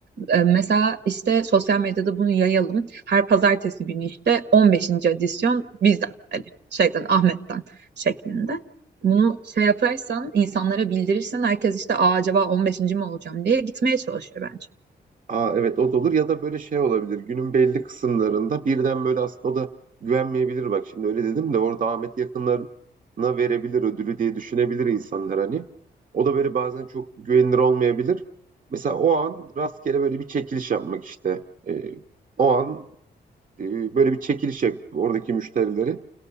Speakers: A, on the right; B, on the right.
A: E, mesela işte sosyal medyada bunu yayalım. Her pazartesi günü işte on beşinci adisyon bizden hani şeyden Ahmet'ten şeklinde. Bunu şey yaparsan, insanlara bildirirsen herkes işte Aa, acaba on beşinci mi olacağım diye gitmeye çalışır bence.
B: Aa, evet o da olur ya da böyle şey olabilir günün belli kısımlarında birden böyle aslında o da güvenmeyebilir bak şimdi öyle dedim de orada Ahmet yakınlarına verebilir ödülü diye düşünebilir insanlar hani. O da böyle bazen çok güvenilir olmayabilir. Mesela o an rastgele böyle bir çekiliş yapmak işte. Ee, o an e, böyle bir çekiliş yap oradaki müşterileri.